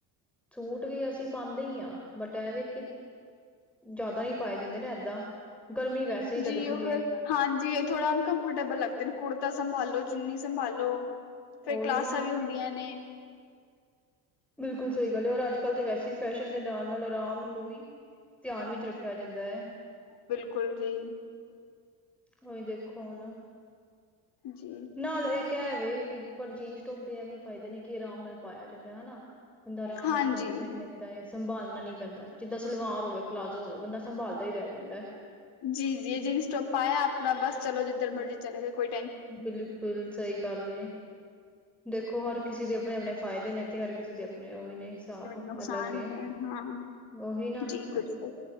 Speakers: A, in the centre; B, on the left (about 55°).
A: ਸੂਟ ਵੀ ਅਸੀਂ ਪਾਉਂਦੇ ਹੀ ਹਾਂ, ਬਟ ਏਹ ਵੀ ਕਿ ਜ਼ਿਆਦਾ ਹੀਂ ਪਾਏ ਜਾਂਦੇ ਨੇ ਏਦਾਂ ਗਰਮੀ ਵੈਸੇ ਹੀ ਲੱਗਦੀ
B: ਜੀ ਉਹ ਫੇਰ
A: ਏ
B: ਹਾਂਜੀ ਥੋੜਾ ਅਨਕੰਫਰਟੇਬਲ ਲੱਗਦੇ ਨੇ ਕੁੜਤਾ ਸੰਭਾਲੋ, ਚੁੰਨੀ ਸੰਭਾਲੋ। ਫਿਰ
A: ਓਹੀ
B: ਕਲਾਸਾਂ
A: ਨਾ
B: ਵੀ ਹੁੰਦੀਆਂ ਨੇ
A: ਬਿਲਕੁਲ ਸਹੀ ਗੱਲ ਏ ਔਰ ਅੱਜ ਕੱਲ ਤੇ ਵੈਸੇ ਹੀ ਫੈਸ਼ਨ ਦੇ ਨਾਲ ਨਾਲ ਆਰਾਮ ਨੂੰ ਵੀ ਧਿਆਨ ਵਿੱਚ ਰੱਖਿਆ ਜਾਂਦਾ ਹੈ।
B: ਬਿਲਕੁਲ ਜੀ।
A: ਉਹੀ ਦੇਖੋ ਹੁਨ
B: ਜੀ।
A: ਨਾਲ ਇਕ ਏ ਵੇ ਕਿ ਪਰ ਜੀਨਸ ਟੋਪ ਦੇ ਇਹ ਵੀ ਫਾਇਦੇ ਨੇ ਕਿ ਇਹ ਆਰਾਮ ਨਾਲ ਪਾਇਆ ਜਾਂਦਾ ਹੈ। ਹੇਣਾ। ਬੰਦਾ ਆਰਾਮ
B: ਹਾਂਜੀ
A: ਨਾਲ ਘੁੰਮ-ਫਿਰ ਲੈਂਦਾ ਏ ਸੰਭਾਲਣਾ ਨੀ ਪੈਂਦਾ। ਜਿੱਦਾਂ ਸਲਵਾਰ ਹੋਵੇ, ਪਲਾਜ਼ੋ ਹੋਵੇ, ਬੰਦਾ ਸੰਭਾਲਦਾ ਹੀ ਰਹ ਜਾਂਦਾ ਏ।
B: ਜੀ ਜੀ ਜੀਨਸ- ਟੋਪ ਪਾਯਾ ਅਪਣਾ ਬਸ ਚਲੋ ਜਿੱਧਰ ਮਰਜ਼ੀ ਚਲੇ ਗਏ ਕੋਈ
A: ਬਿਲਕੁਲ ਸਹੀ ਗੱਲ ਏ। ਦੇਖੋ ਹਰ ਕਿਸੇ ਦੇ ਅਪਣੇ- ਅਪਣੇ ਫਾਇਦੇ ਨੇ ਤੇ ਹਰ ਕਿਸੇ ਦੇ ਆਪਣੇ ਉਹ ਵੀ ਨੇ ਹਿਸਾਬ
B: ਨੁਕਸਾਨ
A: ਅਲੱਗ ਏ।
B: ਨੇ ਹਾਂ,
A: ਉਹੀ ਨਾ
B: ਜੀ ਬਿਲਕੁਲ।